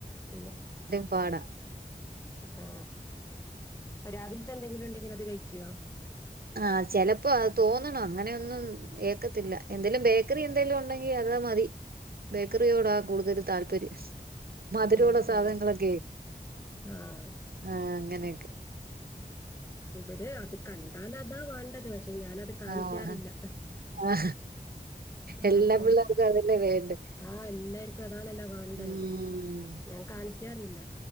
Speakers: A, on the left; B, on the right.
A: ഇല്ല.
B: പ്പാട
A: ആ അപ്പൊ രാവിലത്തെ എന്തെങ്കിലും ഉണ്ടെങ്കിലിൽ അത് കഴിക്കോ
B: ആഹ് ചെലപ്പോ അത് തോന്നണം അങ്ങനെയൊന്നും ഏക്കത്തില്ല എന്തേലും ബേക്കറി എന്തെലും ഉണ്ടെങ്കിൽ അത് മതി ബേക്കറിയോടാ കൂടുതൽ താല്പര്യം <inaudible> മധുരമുള്ള
A: ആഹ്
B: സാധനങ്ങളൊക്കെ
A: ആഹ് ആഹ്
B: ആ അങ്ങനെയൊക്കെ
A: ഇവര് അത് കണ്ടാൽ അതാ വാണ്ടത് പക്ഷെ ഞാനത് കാണിക്കാറില്ല
B: ആ ആ എല്ലാ
A: അപ്പം
B: പിള്ളേർക്കും അതല്ലേ വേണ്ടേ
A: ആ എല്ലാർക്കും അതാണല്ലോ വേണ്ടേ
B: ഉം
A: ഞാൻ കാണിക്കാ ക്കറിയില്ല